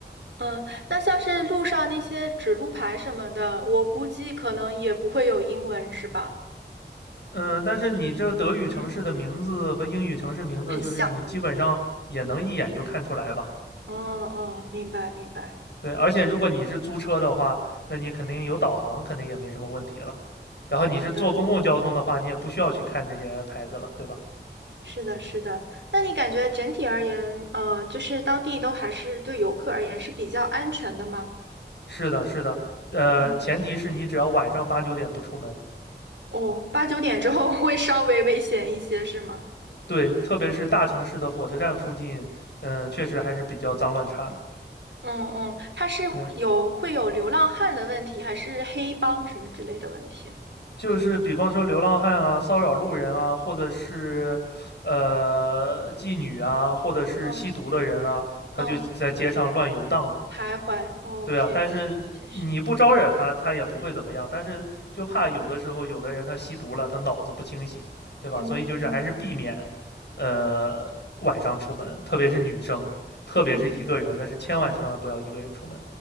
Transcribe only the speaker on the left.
嗯，但是你这德语城市的名字和英语城市名字，
就是你基本上也能一眼就看出来吧？
对，而且如果你是租车的话，那你肯定有导航，肯定也没什么问题了。然后你是坐公共交通的话，
你也不需要去看这些牌子了，对吧？
是的，是的，呃，
前提是你只要晚上八九点不出门。
对，特别是大城市的火车站附近，嗯、确实还是比较脏乱差的。
对，
就是比方说流浪汉啊、骚扰路人啊，或者是呃妓女啊，或者是吸毒的人啊，
他就在街上乱游荡嘛。
对啊，但是你不招惹他，
他也不会怎么样。但是就怕有的时候，有的人他吸毒了，他脑子不清醒，对吧？
所以就是还是避免，呃，晚上出门，特别是女生，特别是一个人，
那是千万千万不要一个人出门。